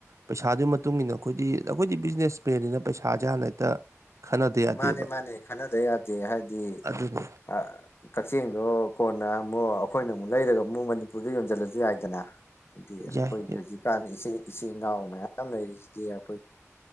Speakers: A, on the right; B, on the left.
A: ꯄꯩꯁꯥꯗꯨꯒꯤ ꯃꯇꯨꯡꯏꯟꯅ ꯑꯩꯈꯣꯏꯗꯤ ꯑꯩꯈꯣꯏꯗꯤ ꯕꯤꯖꯤꯅꯦꯁ ꯃꯦꯟꯅꯤꯅ ꯄꯩꯁꯥꯁꯦ ꯍꯥꯟꯅ ꯍꯦꯛꯇ ꯈꯟꯅꯗ ꯌꯥꯗꯦꯕ
B: ꯃꯥꯅꯦ ꯃꯥꯅꯦ ꯈꯟꯅꯗ ꯌꯥꯗꯦ ꯍꯥꯏꯗꯤ
A: ꯑꯗꯨꯅꯤ
B: ꯑꯥ ꯀꯛꯆꯦꯡꯗꯣ ꯀꯣꯟꯅ ꯑꯃꯨꯛ ꯑꯩꯈꯣꯏꯅ ꯑꯃꯨꯛ ꯂꯩꯔꯒ ꯑꯃꯨꯛ ꯃꯅꯤꯄꯨꯔꯗ ꯌꯣꯟꯖꯤꯜꯂꯖꯨ ꯌꯥꯏꯗꯅ ꯍꯥꯏꯗꯤ ꯑꯩꯈꯣꯏꯒꯤ
A: ꯌꯥꯏ
B: ꯍꯧꯖꯤꯛꯀꯥꯟ ꯏꯆꯦ ꯏꯆꯤꯜ ꯏꯅꯥꯎ ꯃꯌꯥꯝ ꯂꯩꯔꯤꯁꯤꯗꯤ ꯑꯩꯈꯣꯏ